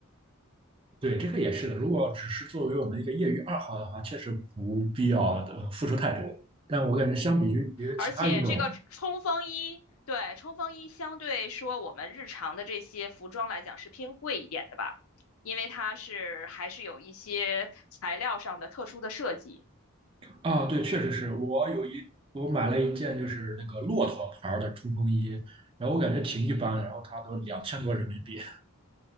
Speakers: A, on the right; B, on the left.
A: 对，这个也是的。如果只是作为我们一个业余爱好的话，确实不必要的付出太多。但我感觉相比于别的其他运动
B: 而且这个冲锋衣，对，冲锋衣相对说我们日常的这些服装来讲是偏贵一点的吧，因为它是还是有一些材料上的特殊的设计。
A: 啊，对，确实是我有一我买了一件就是那个骆驼牌儿的冲锋衣，然后我感觉挺一般的，然后它都两千多人民币。